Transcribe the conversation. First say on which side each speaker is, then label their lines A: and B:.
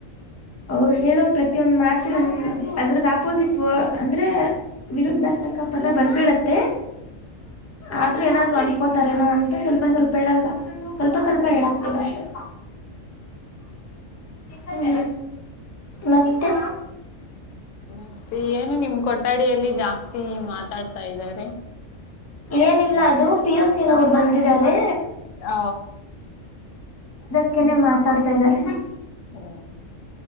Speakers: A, on the left; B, on the left.
A: ಅವರು ಹೇಳೋ ಪ್ರತಿಯೊಂದ ಮಾತು ನನ್ನ ಅದ್ರಗ್ ಆಪೋಸಿಟ್ ವ ಅಂದ್ರೆ ವಿರುದ್ಧಾರ್ಥಕ ಪದ ಬಂದ್ಬಿಡತ್ತೆ ಆದ್ರೂ ಏನಾದ್ರು ಅನ್ಕೋತಾರೇನೋ ಅಂತ ಸ್ವಲ್ಪ ಸ್ವಲ್ಪ ಹೇಳಲ್ಲ ಸ್ವಲ್ಪ ಸ್ವಲ್ಪ ಹೇಳಕ್ತಿನಿ ಅಷ್ಟೇ ಹ್ಮ ಮತ್ತೆ
B: ಮತ್ತೆ ಏನು ನಿಮ್ ಕೊಠಡಿಯಲ್ಲಿ ಜಾಸ್ತಿ ಮಾತಾಡ್ತಾ ಇದಾರೆ
A: ಏನಿಲ್ಲ ಅದು ಪಿ ಯು ಸಿ ನವ್ರು ಬಂದಿದ್ದಾರೆ
B: ಹ
A: ಅಕೆನೆ ಮಾತಾಡ್ತಾ ಇದ್ದಾರೆ
B: ಹ್ಮ